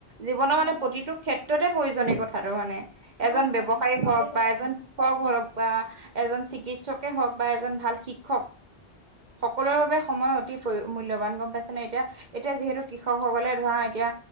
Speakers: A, on the right (about 50°); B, on the left (about 85°).
A: জীৱনৰ
B: হয়
A: মানে
B: হয়।
A: প্ৰতিটো ক্ষেত্ৰতে প্ৰয়োজন এই কথাটো মানে।
B: হয়
A: এজন
B: হয়
A: ব্যৱসায়ী
B: ঠিকেই
A: হওঁক
B: কৈছা
A: বা এজন
B: তুমি।
A: <unintelligible> এজন চিকিৎসকে হওঁক বা এজন ভাল শিক্ষক। সকলোৰে বাবে সময় অতি প্ৰও-মূল্যবান, গম পাই নে এতিয়া, এতিয়া যিহেতু কৃষকসকলে ধৰা এতিয়া